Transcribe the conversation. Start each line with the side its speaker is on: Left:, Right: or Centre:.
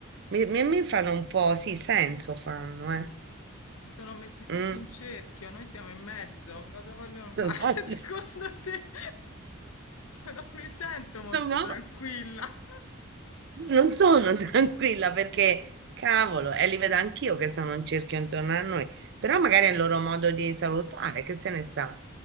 Right: Mi, mi- mi fanno un po', sì, senso fanno, eh.
Left: Si sono messi tutti
Right: Mm.
Left: in cerchio, noi siamo in mezzo. Cosa vogliono fare
Right: <laughs>
Left: <laughs> secondo te? <laughs> Non mi sento molto
Right: No, no.
Left: tranquilla.
Right: Non sono <laughs> tranquilla perché, cavolo, e li vedo anch'io che sono un cerchio intorno a noi, però magari è il loro modo di salutare, che se ne sa.